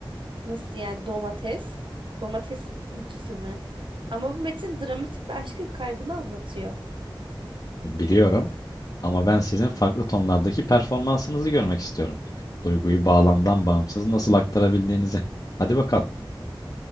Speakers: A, on the right; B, on the left.
A: Nasıl yani domates? Domatesin üzüntüsü mü? Ama bu metin dramatik bir aşkın kaybını anlatıyor.
B: E, Biliyorum ama ben sizin farklı tonlardaki performansınızı görmek istiyorum. Duyguyu bağlamdan bağımsız nasıl aktarabildiğinizi. Hadi bakalım.